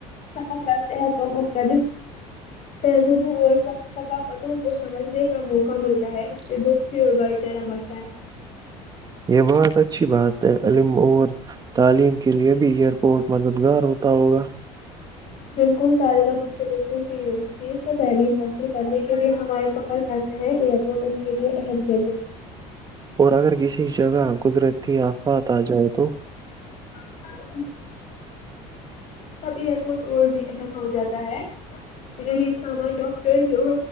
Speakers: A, on the left (about 50°); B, on the right (about 25°).
A: سفر کرتے ہیں تو مختلف تہذوبوں اور ثقافتوں کو سمجھنے کا موقع ملتا ہے سے دوستی اور بھائی چارہ بڑتا ہے
B: یہ بہت اچھی بات ہے علم تعلیم کے لیے بھی ایئرپورٹ مددگار ہوتا ہوگا
A: بالکل طالبہ دوسرے ملکوں کی یونیورسٹیز میں تعلیم حاصل کرنے کے لیے ہمے سفر کا ایئرپورٹ ان کے لیے اہم ذریعہ ہے
B: اور اگر کسی جگہ قدرتی آفات آ جائے تو
A: <unintelligible> تو سب ایئر پورٹ اور بھی اہم ہو جاتا ہے <unintelligible> ڈاکٹر بھی